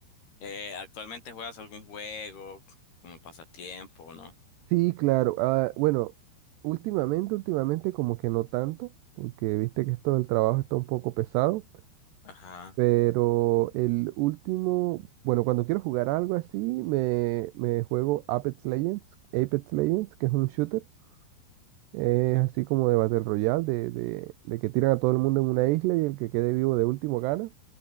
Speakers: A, on the left (about 55°); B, on the right (about 80°).
A: eh, actualmente juegas algún juego como pasatiempo, no?
B: Sí, claro. ah, bueno, últimamente, últimamente como que no tanto, porque viste que esto del trabajo está un poco pesado,
A: Ajá,
B: pero el último, bueno, cuando quiero jugar algo así, me, me juego Apex Legends, Apex Legends, que es un shooter. Es así como de Battle Royale, de, de, de que tiran a todo el mundo en una isla y el que quede vivo de último gana.